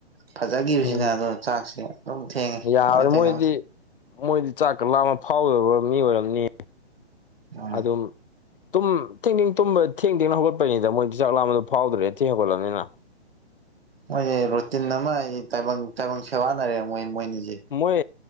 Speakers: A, on the right; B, on the left.
A: ꯐꯖꯈꯤꯕꯁꯤꯅ
B: ꯎꯝ
A: ꯑꯗꯣ ꯆꯥꯛꯁꯦ ꯑꯗꯨꯝ ꯊꯦꯡꯉꯤ
B: ꯌꯥꯕꯅꯤ
A: ꯀꯃꯥꯏꯅ ꯇꯧꯅꯣ
B: ꯃꯣꯏꯗꯤ ꯃꯣꯏꯗꯤ ꯆꯥꯛꯀ ꯂꯥꯃ ꯐꯥꯎꯗꯕ ꯃꯤ ꯑꯣꯏꯔꯝꯅꯤ
A: ꯎꯝ
B: ꯑꯗꯨꯝ ꯇꯨꯝ ꯊꯦꯡ ꯊꯦꯡ ꯇꯨꯝꯕ ꯊꯦꯡ ꯊꯦꯡꯅ ꯍꯧꯒꯠꯄꯅꯤꯗ ꯃꯣꯏ ꯆꯥꯛ ꯂꯥꯕꯗꯣ ꯐꯥꯎꯗ꯭ꯔꯦ ꯊꯦꯡ ꯍꯧꯒꯠꯂꯕꯅꯤꯅ
A: ꯃꯣꯏꯁꯦ ꯔꯨꯇꯤꯟ ꯑꯃ ꯑꯩ ꯇꯥꯏꯕꯪ ꯇꯥꯏꯕꯪ ꯁꯦꯕꯥꯅꯔꯦ ꯃꯣꯏ ꯃꯣꯏꯅꯤꯁꯦ
B: ꯃꯣꯏ